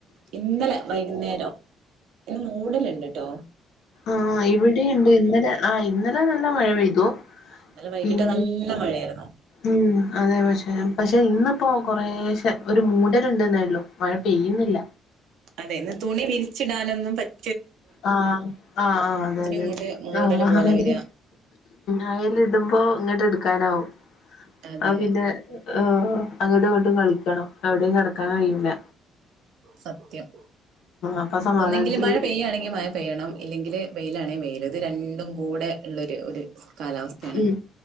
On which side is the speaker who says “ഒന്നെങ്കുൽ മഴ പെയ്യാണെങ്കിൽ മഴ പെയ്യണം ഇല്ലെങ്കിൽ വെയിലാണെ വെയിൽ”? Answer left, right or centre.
Right